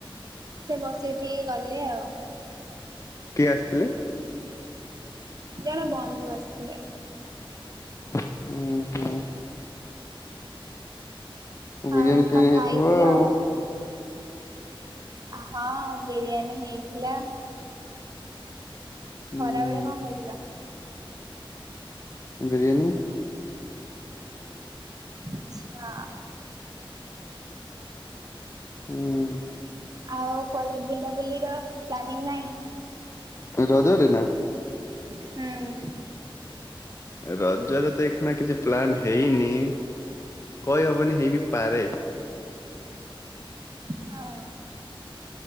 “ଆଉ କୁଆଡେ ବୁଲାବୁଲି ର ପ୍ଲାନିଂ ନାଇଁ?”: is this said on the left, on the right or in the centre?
Right